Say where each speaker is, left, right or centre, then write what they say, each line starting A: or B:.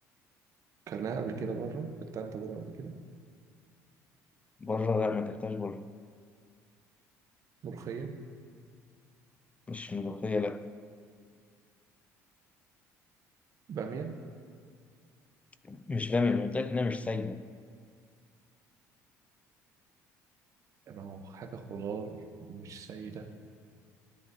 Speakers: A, on the right; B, on the left.
A: كلناها قبل كده بره اكلتها انت بره قبل كده
B: بره لا ما تحتاج بره
A: ملوخية
B: مش ملوخية لا
A: بامية
B: مش بامية أنا قلت لك إنها مش سايبة
A: يبقى ما هو حاجة خضار مش سيدة